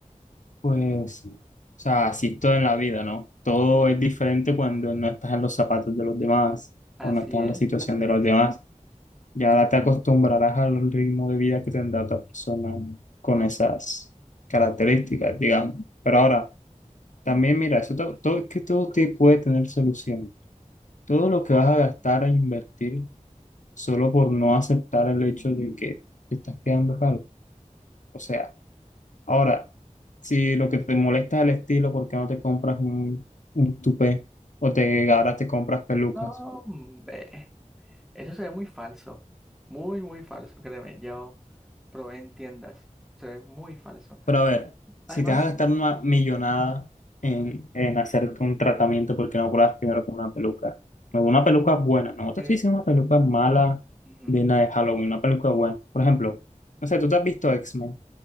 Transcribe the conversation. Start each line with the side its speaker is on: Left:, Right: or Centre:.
Left: Pues, o sea, así es todo en la vida, ¿no? Todo es diferente cuando no estás en los zapatos de los demás
Centre: Así
Left: o no estás en
Centre: es,
Left: la situación
Centre: así
Left: de los
Centre: es.
Left: demás. Y ahora te acostumbrarás al ritmo de vida que tendrá otra persona con esas características, digamos. Pero ahora, también mira, eso to- todo, es que todo te puede tener solución. Todo lo que vas a gastar a invertir solo por no aceptar el hecho de que te estás quedando calvo. O sea, Ahora, si lo que te molesta es el estilo, ¿por qué no te compras un, un tupé? O te ahora te compras pelucas.
Centre: No, hombre, eso se ve muy falso, muy, muy falso, créeme, yo probé en tiendas, se ve muy falso.
Left: Pero a ver, si
Centre: Además,
Left: te vas a gastar una millonada en, en hacerte un tratamiento, ¿por qué no pruebas primero con una peluca? Pero Una peluca buena, no te
Centre: que...
Left: estoy diciendo una peluca mala
Centre: ujú,
Left: de una de Halloween, una peluca buena. Por ejemplo, no sé, tú te has visto X-Men,